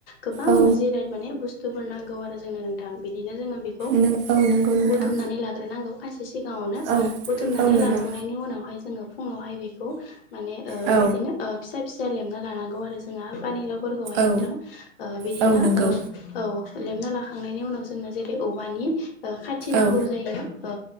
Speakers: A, on the left; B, on the right.
A: गोबां
B: औ
A: जिराय माने बुस थुबुरनांगौ आरो जोंनो नोंथां बिदिनो जोङो बेखौ
B: नों औ नंगौ नोंथां
A: बुथुमनानै लाग्रोनांगौ खायसे सिगाङावनो
B: औ
A: बुथुमनानै
B: औ नंगौ
A: लाखांनायनि उनावहाय जोङो फुङावहाय बेखौ माने ओ
B: औ
A: बिदिनो ओ फिसा फिसा लेमना लानांगौ आरो जोंहा पानिलाउ फोरखौहाय
B: औ
A: नोंथां ओ बिदिनो
B: औ नंगौ
A: ओ औ लेमना लाखांनाय नि उनाव जोंनो जेरै औवानि ओ खाथि नांगौ
B: औ
A: जायो ओ